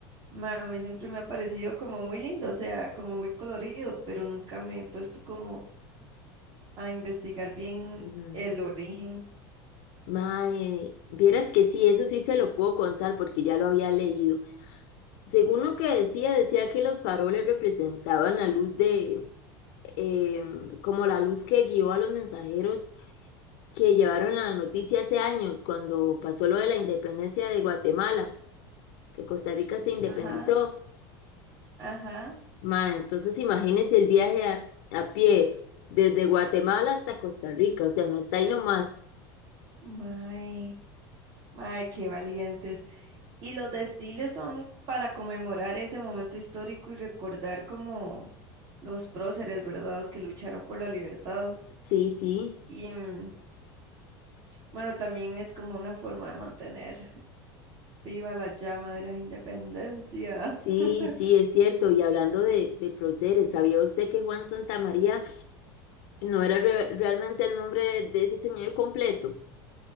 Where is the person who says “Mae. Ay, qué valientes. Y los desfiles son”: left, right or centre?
Right